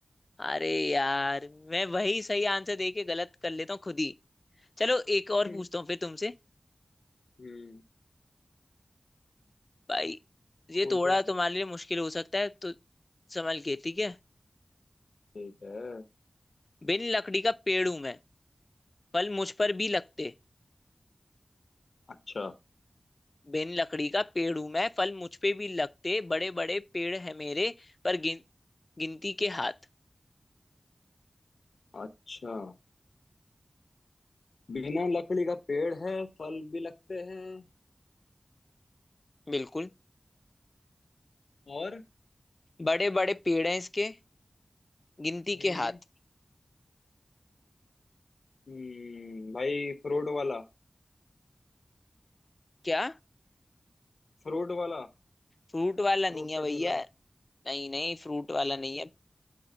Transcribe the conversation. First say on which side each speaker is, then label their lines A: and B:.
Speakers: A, on the left; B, on the left.
A: अरे यार मैं वही सही आंसर दे के गलत कर लेता हूँ खुद ही चलो एक और
B: <laughs>
A: पूछता हूँ फिर तुमसे
B: हम्म
A: भाई ये
B: पूछो
A: थोड़ा तुम्हारे लिए मुश्किल हो सकता है तो संभल के ठीक है
B: ठीक है
A: बिन लकड़ी का पेड़ हूं मैं फल मुझ पर भी लगते
B: अच्छा
A: बिन लकड़ी का पेड़ हूं मैं फल मुझ पे भी लगते बड़े बड़े पेड़ है मेरे पर गिन, गिनती के हाथ
B: अच्छा बिना लकड़ी का पेड़ है फल भी लगते हैं
A: बिल्कुल
B: और
A: बड़े बड़े पेड़ हैं इसके गिनती
B: हम्म
A: के हाथ
B: हम्म, भाई फ्रूट वाला
A: क्या
B: फ्रूट वाला
A: फ्रूट वाला
B: फ्रूट
A: नहीं है
B: का
A: भैया
B: ठेला
A: नहीं नहीं फ्रूट वाला नहीं है